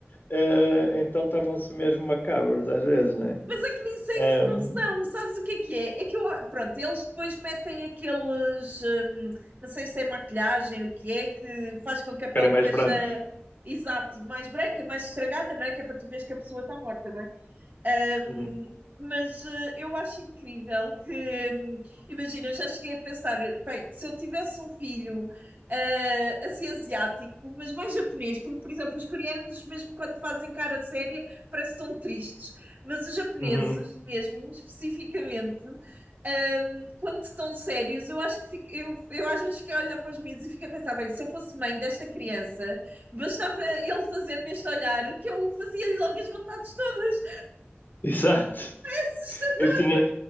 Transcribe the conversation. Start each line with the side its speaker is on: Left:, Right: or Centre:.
Left: eh, então tornam-se mesmo macabros às vezes, né?
Right: mas é que nem sei
Left: Um,
Right: se não são, sabes o que é que é? É que eu, pronto, eles depois metem aqueles, hum, não sei se é maquilhagem, o que é, que faz com que a
Left: ficarem
Right: pele esteja,
Left: mais brancos.
Right: exato, mais branca, mais estragada, não é? Que é para tu veres que a pessoa está morta, não é? Um,
Left: Uhum.
Right: mas eh, eu acho incrível que, hum, imagina, eu já cheguei a pensar, bem, se eu tivesse um filho eh, assim asiático, mas mais japonês, porque, por exemplo, os coreanos, mesmo quando fazem cara séria, parece que são tristes, mas os japoneses,
Left: Uhum.
Right: mesmo, especificamente, hum, quando estão sérios, eu acho que fico- eu, eu às vezes fico a olhar para os miúdos e fico a pensar, bem, se eu fosse mãe desta criança, bastava ele fazer-me este olhar que eu fazia-lhe logo as vontades todas
Left: <laughs> Exato.
Right: assustador.
Left: Eu tinha,